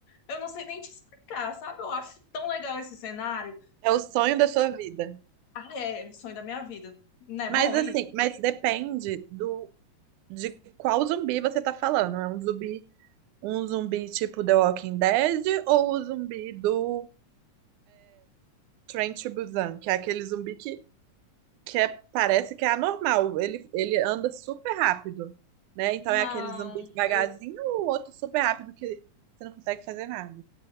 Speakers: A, on the left (about 65°); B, on the right (about 85°).
A: Eu não sei nem te explicar, sabe? Eu acho tão legal esse cenário.
B: É o sonho da sua vida.
A: É, sonho da minha vida. Não é
B: Mas
A: bom
B: assim,
A: isso?
B: mas depende do de qual zumbi você tá falando. É um zumbi, um zumbi tipo The Walking Dead ou o zumbi do Train to Busan, que é aquele zumbi que que é, parece que é anormal. Ele, ele anda super rápido, né? Então
A: Não,
B: é aquele zumbi devagarzinho,
A: eu,
B: o outro super rápido que você não consegue fazer nada.